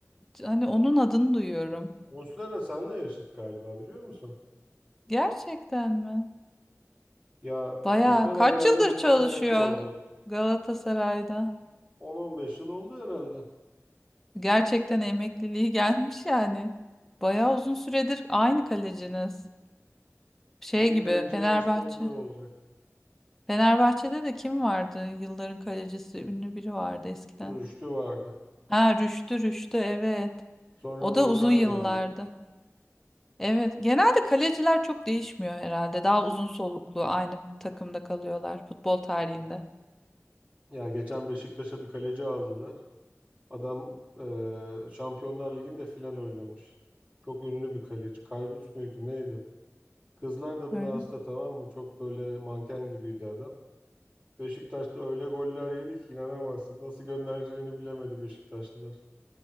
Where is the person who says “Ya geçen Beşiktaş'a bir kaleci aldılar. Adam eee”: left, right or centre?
Right